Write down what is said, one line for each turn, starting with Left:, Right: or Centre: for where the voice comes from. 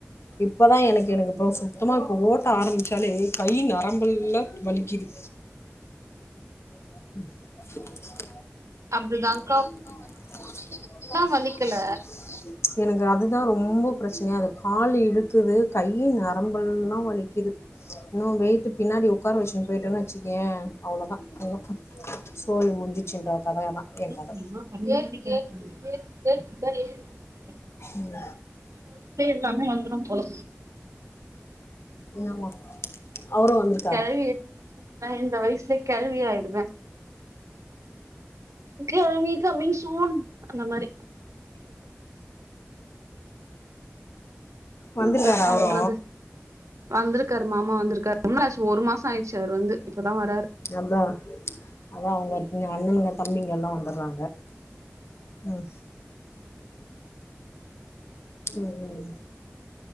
Left: இப்பதா எனக்கு எனக்கு அப்றோ சுத்தமா இப்ப ஓட்ட ஆரம்பிச்சாலே கை நரம்பல்லா வலிக்கிது ம்
Right: அப்டிதாங்
Left: <unintelligible>
Right: வலிக்கல
Left: எனக்கு அதுதா ரொம்போ பிரச்சனயா இருக்கு கால் இழுக்குது கையி நரம்பெல்லா வலிக்கிது னோ வெய்ட்டு பின்னடி உக்காற வெச்சின் போயிட்டோன்னு வெச்சுக்கயே அவ்ளோதா இன்னு சோழி முடிஞ்சிச்சின்ற கதையதா
Right: <unintelligible>
Left: எ கத ம்
Right: வயசுலயே எல்லாமே வந்துரும் போல
Left: என்னவா அவரு வந்துரு
Right: கெழவி நா இந்த வயசுல கெளவி ஆயிடுவ கெழவி கமிங் சூன் அந்த மாரி
Left: வந்திருக்காரா
Right: என்னத்தா பண்றது
Left: அவரு
Right: வந்திருக்காரு மாமா வந்திருக்காரு ரொம்ப நாள் ஆச்சு ஒரு மாசோ ஆயிருச்சு அவரு வந்து இப்பதா வராரு
Left: அதா அதா அவங்க அண்ணனுங்க தம்பிங்க எல்லா வந்தர்றாங்க ம் ம்